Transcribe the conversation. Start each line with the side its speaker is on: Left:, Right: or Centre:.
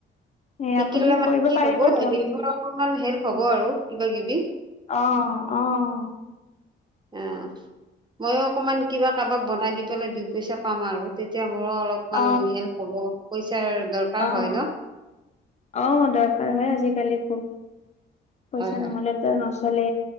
Left: এই
Right: শিকিলে
Left: আপুনি
Right: মানে
Left: কৰিব
Right: কি
Left: পাৰিব
Right: হ'ব
Left: দিয়ক
Right: হেৰি মোৰ অকনমান হেল্প হ'ব আৰু কিবা-কিবি।
Left: অঁ' অঁ।
Right: অঁ' ময়ো অকমান কিবা কাৰোবাক বনাই দি পেলাই দুই পইচা পাম আৰু তেতিয়া। মোৰো অলপমান
Left: অ
Right: হেল্প হ'ব। পইচাৰ দৰকাৰ
Left: অ',
Right: হয় ন
Left: অ' আহ দৰকাৰ হয় আজিকালি খুব। পইচা
Right: হয় হয়
Left: নহলেতো নচলে